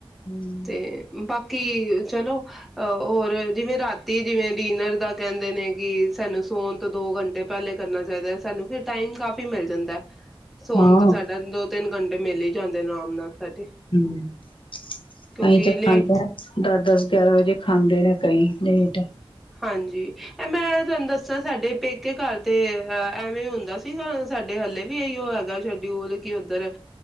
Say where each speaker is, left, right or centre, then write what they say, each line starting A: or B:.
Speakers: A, on the left (about 60°); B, in the centre.
A: ਹਮ
B: ਤੇ ਬਾਕੀ ਕਿ ਚਲੋ ਅਹ ਹੋਰ ਜਿਵੇਂ ਰਾਤੀ ਜਿਵੇਂ ਡਿਨਰ ਦਾ ਕਹਿੰਦੇ ਨੇ ਕਿ ਸਾਨੂੰ ਸੋਣ ਤੋਂ ਦੋ ਘੰਟੇ ਪਹਿਲੇ ਕਰਨਾ ਚਾਹੀਦਾ ਸਾਨੂੰ ਫਿਰਰ ਟਾਈਮ ਕਾਫ਼ੀ ਮਿਲ ਜਾਂਦਾ ਸੋਨ
A: ਹਾਂ
B: ਤੋਂ ਸਾਡਾ ਦੋ ਤਿੰਨ ਘੰਟੇ ਮਲੇ ਹੀ ਜਾਂਦੇ ਨੇ ਆਰਾਮ ਨਾਲ ਸਾਡੇ
A: ਹਮ ਅਸੀਂ
B: ਕਿਉਂਕਿ
A: ਤਾਂ
B: ਲੇ
A: ਖਾਂਦਾ ਹ ਦਸ ਦਸ ਗਿਆਰਾਂ ਵਜੇ ਖਾਂਦੇ ਰ ਕਈ ਲੇਟ
B: ਹਾਂਜੀ ਇਹ ਮੈਂ ਤੁਹਾਨੂੰ ਦੱਸਾਂ ਸਾਡੇ ਪੇਕੇ ਘਰ ਤੇ ਐਵੇਂ ਹੁੰਦਾ ਸੀ ਸਾਡੇ ਹਲੇ ਵੀ ਇਹੀਓ ਹੈਗਾ ਸ਼ਡਿਊਲ ਕਿ ਉੱਧਰ